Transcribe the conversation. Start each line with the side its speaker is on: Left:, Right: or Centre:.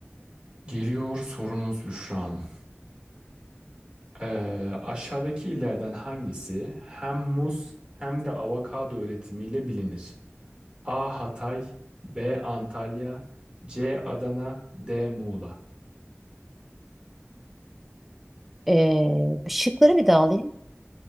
Right: Geliyor sorunuz Büşra Hanım. Ee, aşağıdaki illerden hangisi hem muz hem de avokado üretimiyle bilinir? A. Hatay B. Antalya C. Adana D. Muğla
Centre: Ee, şıkları bir daha alayım.